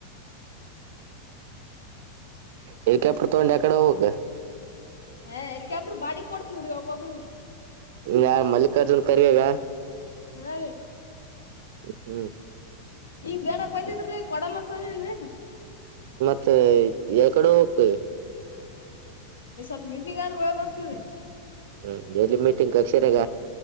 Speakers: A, on the right; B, on the left.
A: ಹೆಲಿಕಾಪ್ಟರ್ ತ ಒಂಡ ಯಕಡೆ ಎಕ್ಕಡೆ ಹೋಗ್ಬೇಕು
B: ಹ ಎಲ್ಕಬ್ಬ್ರ ಬಾಡಿ ಕೊಡತ ನ್ರೀ ಒಬ್ಬೊಬ್ರ
A: ಇ ಮಲ್ಲಿಕಾರ್ಜುನ್ ಕರಿಯಾಗ
B: ಹಾ
A: ಹ್ಮ್
B: ಈಂಗ ಬೇಡಪ್ಪತಿದ್ರೀ ಕೊಡಲ್ಲಸನ್ರಿ
A: ಮತ್ತೆ ಯ ಕಡೆ ಹೋಗಕ್
B: ಸ್ವಲ್ಪ ಮೀಟಿಂಗ್ ಆದ್ರೂ ಹೋಗ ಬರ್ತೀವರಿ
A: ಹ್ಮ್ ಎಲ್ಲಿ ಮೀಟಿಂಗ್ ಅಕ್ಷರಗ